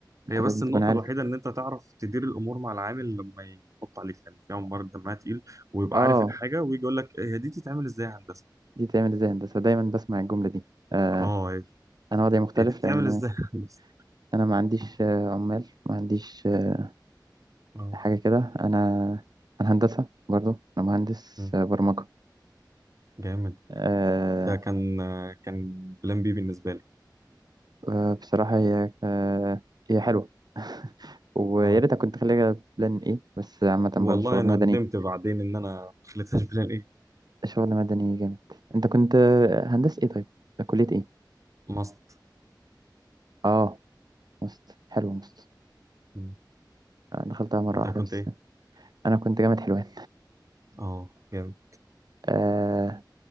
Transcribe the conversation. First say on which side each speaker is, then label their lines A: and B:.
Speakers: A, on the right (about 60°); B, on the right (about 45°).
A: انت
B: هي بس
A: لازم
B: النقطة
A: تكون عارف
B: الوحيدة إن أنت تعرف تدير الأمور مع العامل لما يحط عليك يعني في عمال دمها تقيل ويبقى
A: اه
B: عارف الحاجة ويجي يقول لك هي دي تتعمل إزاي يا هندسة؟
A: دي تعمل ازاي هندسة دايما بسمع الجملة دي آه
B: أه هي
A: انا وضعي مختلف
B: هي دي تتعمل
A: لان
B: إزاي يا هندسة؟
A: انا ما عنديش آه، عمال ما عنديش آه،
B: أه
A: حاجة كده انا انا هندسة برضو انا مهندس
B: مم.
A: آه، برمجة
B: جامد
A: آه
B: ده كان كان بلان بي بالنسبة لي
A: آه، بصراحة هي آه هي حلوة <laughs> ويا
B: أه
A: ريت كنت خليها بلان ايه بس عامة برضو
B: والله
A: شغل
B: أنا
A: مدني
B: ندمت بعدين إن أنا ما خليتهاش <laughs> بلان إيه؟
A: شغل مدني جامد انت كنت آه، هندسة ايه طيب كلية ايه
B: ماست
A: اه مست حلوة مست
B: مم.
A: آه، دخلتها مرة
B: أنت
A: واحدة
B: كنت
A: بس
B: إيه؟
A: انا كنت جامعة حلوان
B: أه جامد
A: آه